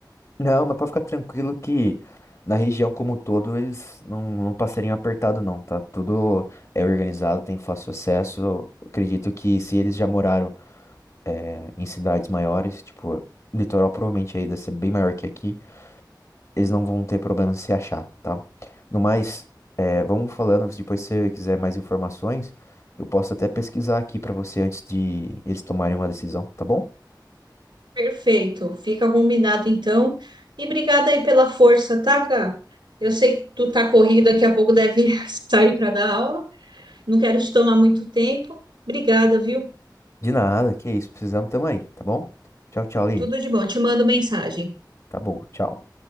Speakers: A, on the left; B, on the right.
A: Não, mas pode ficar tranquilo que na região como um todo eles não, não passariam apertado não, tá? Tudo é organizado, tem fácil acesso. Eu Acredito que se eles já moraram é, em cidades maiores, tipo, o litoral provavelmente aí deve ser bem maior que aqui. eles não vão ter problema em se achar, tá? No mais, é, vamos falando, se depois se você quiser mais informações, eu posso até pesquisar aqui pra você antes de eles tomarem uma decisão, tá bom?
B: Perfeito. Fica combinado então. E obrigada aí pela força, tá, Gá? Eu sei que tu tá corrida, daqui a pouco deve <laughs> sair para dar aula. Não quero te tomar muito tempo. Obrigada, viu?
A: De nada, que isso, precisamos, tamo aí, tá bom? Tchau, tchau, Aline.
B: Tudo de bom. Te mando mensagem.
A: Tá bom, tchau.